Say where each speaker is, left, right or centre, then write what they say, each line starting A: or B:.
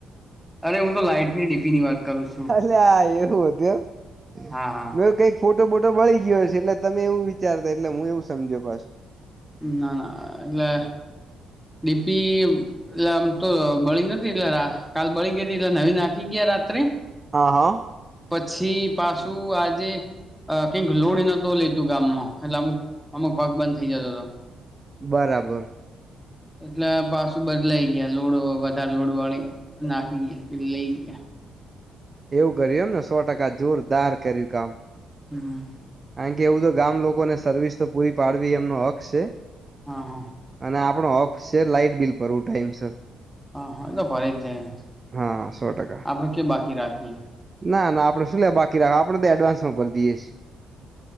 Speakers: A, in the centre; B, on the right (about 30°).
A: અરે હું તો લાઈટ ની ડીપી ની વાત કરું છું.
B: અલેયા આ એવું હતું એમ
A: હા હા
B: મે કઈક ફોટો બોટો બળી ગયો છે એટલે તમે એવું વિચારતા એટલે એવું સમજ્યો પાછું.
A: ના ના એટલે ડીપી એટલે આમ તો બળી નથી એટલે કાલ બળી ગઈ હતી એટલે નવી નાખી ગયા રાત્રે
B: હા હં
A: પછી પાછું આજે અ કંઈક લોડ નતો લેતો ગામમાં એટલે અમુક અમુક ભાગ બંધ થઈ જતો હતો
B: બરાબર.
A: એટલે પાસું બદલા લઈ ગયા લોડ વધારે લોડ વાળી નાખી ગયા એટલે લઈ ગયા
B: એવું કર્યું એમને સો ટકા જોરદાર કર્યું કામ
A: હમ્મ
B: કારણ કે એવું તો ગામ લોકોને સર્વિસ તો પૂરી પાડવી એમનો હક છે.
A: હા હ
B: અને આપણો હક છે લાાઈટ બિલ ભરવું ટાઈમ સર
A: હા હા તો ભરાઈ જાય આપડે
B: હા સો ટકા
A: કે બાકી રાખીએ
B: ના ના આપડે શું લે બાકી રાખો આપણેે તો એડવાન્સમાં ભરી દઇએ છીએ